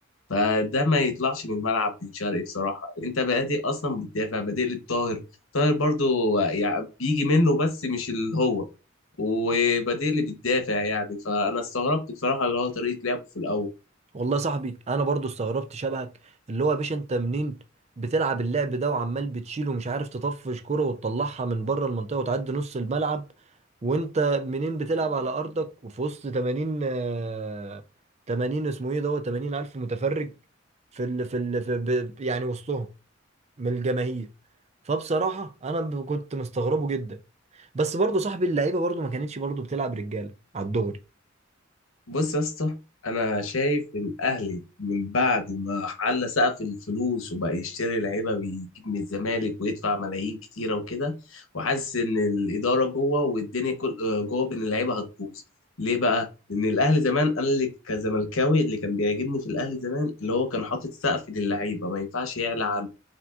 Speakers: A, on the left; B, on the right.
A: فده ما يطلعش من الملعب بن شرقي بصراحه انت بادئ اصلا بتدافع بادئ لي بطاهر طاهر برضو يعني بيجي منه بس مش اللي هو وبادئ لي بتدافع يعني فانا استغربت بصراحه اللي هو طريقه لعبه في الاول
B: والله يا صاحبي انا برضو استغربت شبهك اللي هو يا باشا انت منين بتلعب اللعب ده وعمال بتشيل ومش عارف تطفش كرة وتطلعها من بره المنطقة وتعدي نص الملعب وانت منين بتلعب على ارضك وفي وسط 80 آه، 80 اسمه ايه دوت 80 الف متفرج في ال في ال في ب- يعني وسطهم من الجماهير فبصراحة انا ب- كنت مستغربه جدا بس برضو صاحبي اللعيبة برضو ما كانتش برضو بتلعب رجالة على الدغري
A: بص يا اسطى انا شايف ان الاهلي من بعد ما على سقف الفلوس وبقى يشتري لعيبه ويجيب من الزمالك ويدفع ملايين كتيره وكده وحاسس ان الاداره جوه والدنيا كل آه، جوه بين اللعيبه هتبوظ ليه بقى لان الاهلي زمان انا اللي كزملكاوي اللي كان بيعجبني في الاهلي زمان اللي هو كان حاطط سقف للعيبه ما ينفعش يعلى عنه